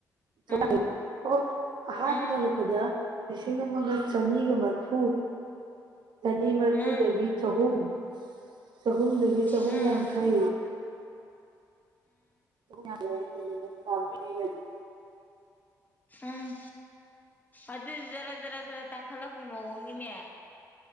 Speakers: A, on the right (about 65°); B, on the left (about 20°).
A: <inaudible>
B: ꯎꯝ ꯎꯝ
A: ꯑꯍꯥꯟꯕꯗ
B: ꯎꯝ
A: ꯂꯛꯄꯗ ꯂꯤꯁꯤꯡ ꯑꯃꯒ ꯆꯅꯤꯒ ꯃꯥꫪꯐꯨ ꯆꯅꯤ ꯃꯔꯤꯐꯨꯗꯒꯤ
B: ꯎꯝ
A: ꯆꯍꯨꯝ ꯆꯍꯨꯝꯗꯒꯤ ꯆꯍꯨꯝ
B: ꯎꯝ
A: ꯌꯥꯡꯈꯩ <unintelligible>
B: ꯎꯝ ꯑꯗꯨꯗꯤ ꯖꯔꯥ ꯖꯔꯥ ꯖꯔꯥ ꯇꯥꯡꯈꯠꯂꯛꯄ ꯃꯑꯣꯡꯅꯤꯅꯦ